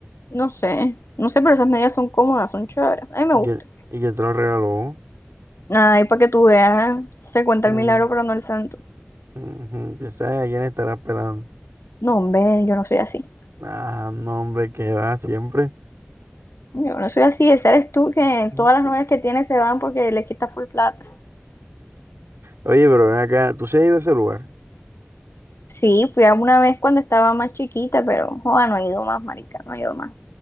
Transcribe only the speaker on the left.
no sé, no sé, pero esas medias son cómodas, son chéveres. A mí me
gustan.
Ay, para que tú veas, se cuenta
el milagro, pero no el santo.
No, hombre, yo no soy así.
Yo no soy así, ese eres tú que
todas las novias que tienes se van porque le quitas full plata.
Sí, fui a una vez cuando estaba más chiquita, pero joda, no he ido más, marica, no he ido más.